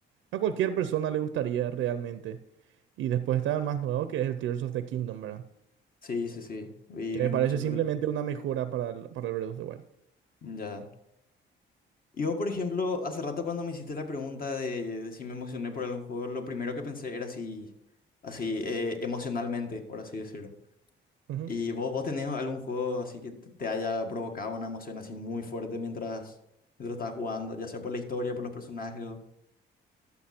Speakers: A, on the right; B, on the left.
A: a cualquier persona le gustaría realmente. Y después está el más nuevo que es el Tears of the Kingdom, ¿verdad?
B: Sí, sí, sí. Vi,
A: Que me
B: vi
A: parece
B: mucho
A: simplemente
B: sobre el juego.
A: una mejora para el, para el Breath of the Wild.
B: Ya. yo por ejemplo, hace rato cuando me hiciste la pregunta de, de si me emocioné por algún juego, lo primero que pensé era si, así, eh, emocionalmente, por así decirlo.
A: Ujú.
B: ¿Y vos, vos tenés algún juego así que te te haya provocado una emoción así muy fuerte mientras, mientras estabas jugando, ya sea por la historia, por los personajes? o-